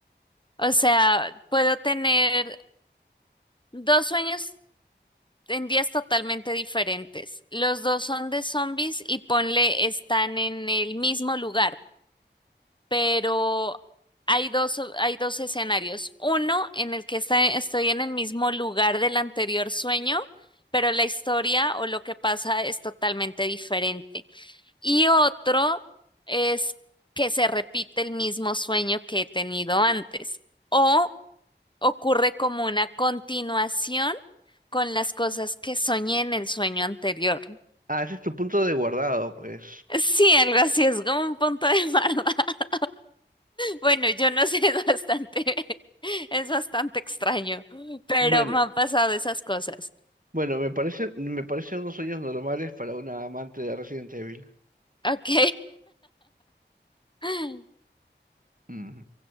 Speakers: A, on the left; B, on the right.
A: O sea, puedo tener dos sueños en días totalmente diferentes. Los dos son de zombies y ponle están en el mismo lugar, pero hay dos, hay dos escenarios. Uno en el que está- estoy en el mismo lugar del anterior sueño, pero la historia o lo que pasa es totalmente diferente. Y otro es que se repite el mismo sueño que he tenido antes o ocurre como una continuación con las cosas que soñé en el sueño anterior.
B: Ah, ese es tu punto de guardado, pues.
A: Sí, algo así, es como un punto de barba. <laughs> Bueno, yo no sé, es bastante, <laughs> es bastante extraño, pero
B: Bueno,
A: me han pasado esas cosas.
B: bueno, me parecen, me parecen unos sueños normales para una amante de Resident Evil.
A: Ok. <laughs>
B: Mm.